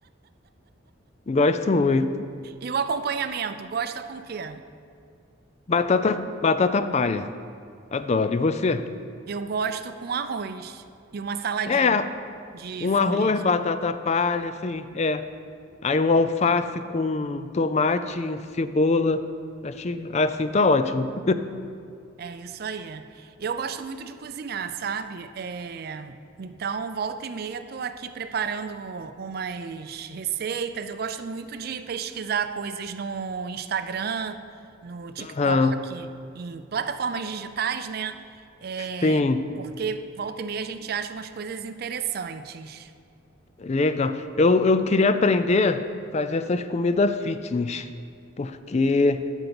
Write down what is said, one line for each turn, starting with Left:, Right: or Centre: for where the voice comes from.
Left: <laughs> Gosto muito.
Right: E o acompanhamento, gosta com o quê?
Left: Batata, batata palha. Adoro. E você?
Right: Eu gosto com arroz e uma saladinha
Left: É,
Right: de
Left: um
Right: folhas.
Left: arroz, batata palha, assim, é. Aí um alface com tomate, cebola. Achei, assim, tá ótimo.
Right: É isso aí. Eu gosto muito de cozinhar, sabe? É, Então, volta e meia, tô aqui preparando umas receitas. Eu gosto muito de pesquisar coisas no Instagram, no TikTok,
Left: Aham.
Right: em plataformas digitais, né? É,
Left: Sim,
Right: Porque volta e meia a gente acha umas coisas interessantes.
Left: legal. Eu, eu queria aprender a fazer essas comidas fitness, porque